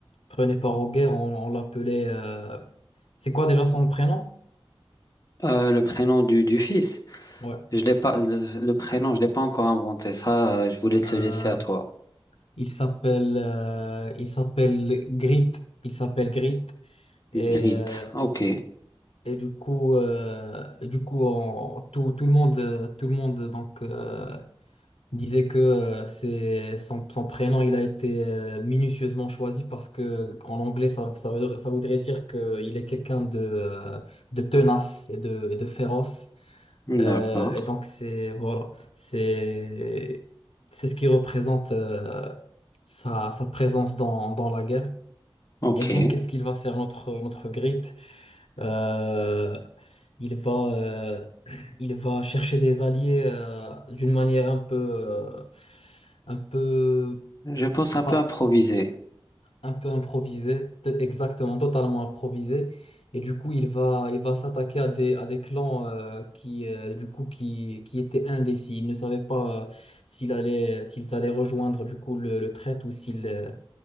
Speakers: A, on the left; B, on the left.
A: prenait part aux guerres, on, on l'appelait. euh, C'est quoi déjà son prénom?
B: Euh, le prénom du, du fils,
A: Ouais.
B: je l'ai pas, le, le prénom, je l'ai pas encore inventé. Ça, euh, je voulais te
A: Euh,
B: le laisser à toi.
A: Il s'appelle euh, il s'appelle Grit. Il s'appelle Grit. Et,
B: Grit.
A: euh,
B: Ok.
A: et du coup, euh, du coup on- tout, tout le monde, euh, tout le monde donc, euh, disait que euh, c'est, son, son prénom il a été euh, minutieusement choisi parce que en anglais, ça, ça, veut- ça voudrait dire qu'il est quelqu'un de, euh, de tenace et de, et de féroce. Euh,
B: D'accord.
A: et donc, c'est voilà, c'est c'est ce qui représente euh, sa, sa présence dans, dans la guerre.
B: Ok.
A: Eh bien, qu'est-ce qu'il va faire notre, notre Grip? Euh, il va, euh, il va chercher des alliés euh, d'une manière un peu, euh, un peu
B: Je pense un
A: pas,
B: peu improviser.
A: un peu improvisé, t- exactement, totalement improvisé. Et du coup, il va, il va s'attaquer à des, à des clans euh, qui, euh, du coup, qui, qui étaient indécis. Ils ne savaient pas euh, s'ils allaient, s'ils allaient rejoindre du coup le, le traître ou s'ils, euh,